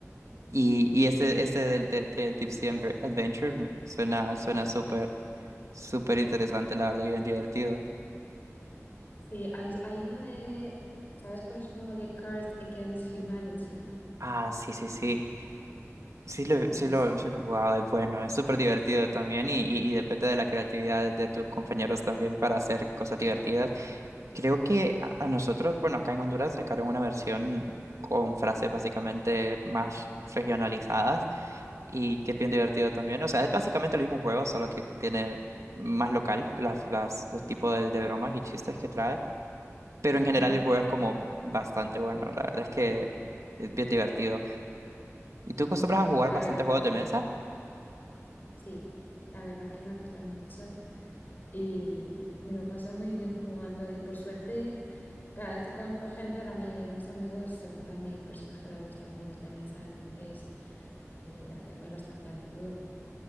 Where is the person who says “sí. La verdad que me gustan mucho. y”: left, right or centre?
Left